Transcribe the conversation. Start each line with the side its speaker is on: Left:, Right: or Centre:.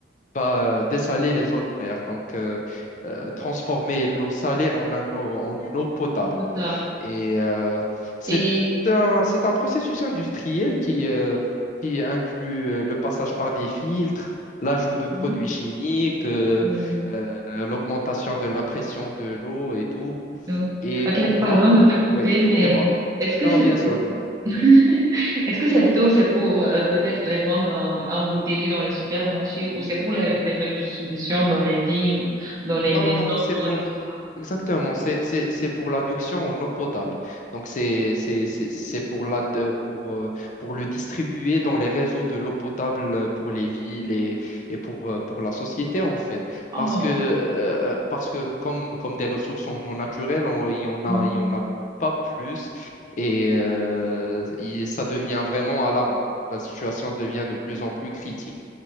Left: pas euh, dessaler les eaux de mer. Donc, euh, euh, transformer l'eau salée en, un eau- en une eau potable.
Right: D'accord.
Left: Et euh, c'est
Right: Et,
Left: un, c'est un processus industriel qui, euh, qui inclut euh, le passage par des filtres, l'ajout de produits
Right: oui.
Left: chimiques, euh,
Right: Oui.
Left: euh, l'augmentation de la pression de l'eau et tout.
Right: c'est Tout.
Left: Et
Right: Ok,
Left: pour moi,
Right: pardon
Left: pour...
Right: de te couper,
Left: Oui,
Right: mais
Left: dis-moi.
Right: est-ce que
Left: Non,
Right: c'est,
Left: non, bien sûr,
Right: c'est-
Left: dis-moi.
Right: <laughs> est-ce que cette eau, c'est pour euh, peut-être les vendre en, en bouteille dans les supermarchés ou c'est pour les, les redistributions dans les villes, dans les
Left: Non,
Right: maisons
Left: non, non, c'est pour...
Right: et tout ça?
Left: Exactement, c'est c'est- c'est pour l'adduction en eau potable. Donc, c'est c'est- c'est- c'est pour, la, de- pour, euh, pour le distribuer dans les réseaux de l'eau potable euh, pour les villes et, et pour, euh, pour la société, en fait.
Right: Oh.
Left: Parce que, euh, parce que comme, comme des ressources en eau naturelle, on- il y en a,
Right: Mhm.
Left: il y en a pas plus et euh, il- ça devient vraiment alarmant. La situation devient de plus en plus critique.